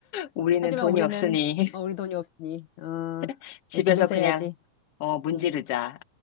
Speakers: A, on the left (about 60°); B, on the left (about 80°).
A: 우리는
B: 하지만
A: 돈이
B: 우리는,
A: 없으니
B: 어, 우리 돈이 없으니,
A: <laughs> 집에서
B: 어, 집에서
A: 그냥,
B: 해야지.
A: 어, 문지르자.
B: 음